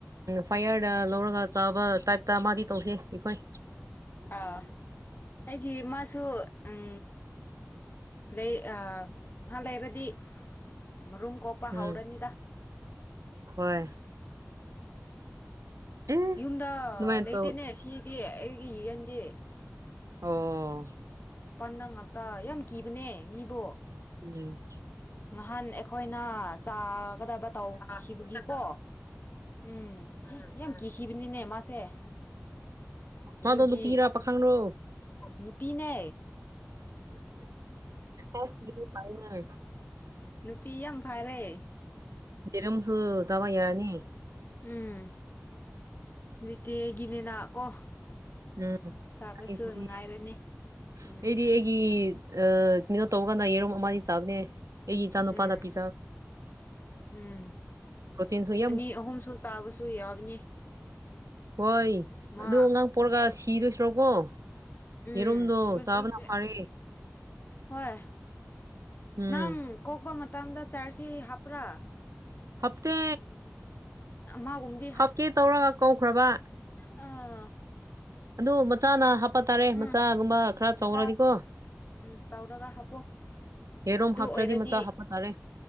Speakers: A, on the right (about 85°); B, on the left (about 40°).
A: ꯐꯥꯏꯌꯔꯗ ꯂꯧꯔꯒ ꯆꯥꯕ ꯇꯥꯏꯞꯇ ꯃꯥꯗꯤ ꯇꯧꯁꯦ ꯑꯩꯈꯣꯏ
B: ꯑꯥ ꯑꯩꯒꯤ ꯃꯥꯁꯨ ꯎꯝ ꯂꯩ ꯉꯍꯥ ꯂꯩꯔꯗꯤ ꯃꯔꯨꯝ ꯀꯣꯛꯄ
A: ꯎꯝ
B: ꯍꯧꯔꯅꯤꯗ
A: ꯍꯣꯏ ꯑꯦ
B: ꯌꯨꯝꯗ
A: ꯑꯗꯨꯃꯥꯏꯅ
B: ꯂꯩꯇꯦꯅꯦ
A: ꯇꯧ
B: ꯁꯤꯗꯤ ꯑꯩꯒꯤ ꯌꯦꯟꯗꯤ
A: ꯑꯣ
B: ꯃꯄꯥꯟꯗ ꯉꯥꯛꯇ ꯌꯥꯝ ꯀꯤꯕꯅꯦ ꯃꯤꯕꯣ
A: <unintelligible>
B: ꯉꯍꯥꯟ ꯑꯩꯈꯣꯏꯅ ꯆꯥꯒꯗꯕ ꯇꯧꯈꯤꯕꯒꯤ ꯀꯣ ꯎꯝ ꯌꯥꯝ ꯌꯥꯝ ꯀꯤꯈꯤꯕꯅꯤꯅꯦ ꯃꯥꯁꯦ ꯑꯗꯨꯒꯤ
A: ꯃꯥꯗꯣ ꯅꯨꯄꯤꯔ ꯄꯥꯈꯪꯔꯣ
B: ꯅꯨꯄꯤꯅꯦ
A: ꯑꯁ ꯄꯥꯏꯅꯦ
B: ꯅꯨꯄꯤ ꯌꯥꯝ ꯐꯔꯦ
A: ꯔꯝꯁꯨ ꯆꯕ ꯌꯥꯔꯥꯅꯤ
B: ꯎꯝ ꯍꯧꯖꯤꯀꯤꯦꯒꯤꯅꯦꯅ ꯀꯣ
A: ꯎ
B: ꯆꯥꯕꯁꯨ
A: ꯑꯩꯗꯤ
B: ꯅꯨꯡꯉꯥꯏꯔꯅꯤ ꯎꯝ
A: ꯑꯩꯒꯤ ꯀꯩꯅꯣ ꯇꯧꯒꯥꯟ ꯌꯦꯔꯨꯝ ꯑꯃ ꯆꯥꯕꯅꯦ ꯑꯩꯒꯤ ꯏꯆꯥ ꯅꯨꯨꯄꯥꯗ
B: ꯎꯝ
A: ꯄꯤꯖꯥ
B: ꯎꯝ
A: ꯄ꯭ꯔꯣꯇꯤꯟꯁꯨ ꯌꯥꯝ
B: ꯑꯅꯤ ꯑꯍꯨꯝꯁꯨ ꯆꯥꯕꯁꯨ ꯌꯥꯎꯕꯅꯤ
A: ꯍꯣꯏ
B: ꯃꯥ
A: ꯑꯗꯨ ꯑꯉꯥꯡ ꯄꯣꯔꯒ ꯁꯤꯗꯣꯏꯁꯤꯔꯣꯀꯣ
B: ꯎꯝ
A: ꯌꯦꯔꯨꯝꯗꯣ
B: ꯁꯤꯕ
A: ꯆꯥꯕꯅ
B: ꯁꯔꯨꯛꯇꯤ
A: ꯐꯥꯔꯦ
B: ꯍꯣꯏ
A: ꯎꯝ
B: ꯅꯪ ꯀꯣꯛꯄ ꯃꯇꯝꯗ ꯆꯥꯔꯖꯁꯤ ꯍꯥꯞꯄ꯭ꯔꯥ
A: ꯍꯥꯞꯇꯦ
B: ꯃꯥꯒꯨꯝꯕꯗꯤ
A: ꯍꯥꯞꯀꯦ ꯇꯧꯔꯒ ꯀꯧꯈ꯭ꯔꯕ
B: ꯑ
A: ꯑꯗꯨ ꯃꯆꯥꯅ ꯍꯥꯞꯄ ꯇꯥꯔꯦ
B: ꯎꯝ
A: ꯃꯆꯥꯒꯨꯝꯕ ꯈꯔ
B: ꯃꯆꯥ
A: ꯆꯥꯎꯔꯅꯤꯀꯣ
B: ꯎꯝ ꯆꯥꯎꯔꯒ ꯍꯥꯞꯄꯣ
A: ꯌꯦꯔꯨꯝ
B: ꯑꯗꯨ
A: ꯍꯥꯞꯇ꯭ꯔꯗꯤ
B: ꯑꯣꯏꯔꯗꯤ
A: ꯃꯆꯥ ꯍꯥꯞꯄ ꯇꯥꯔꯦ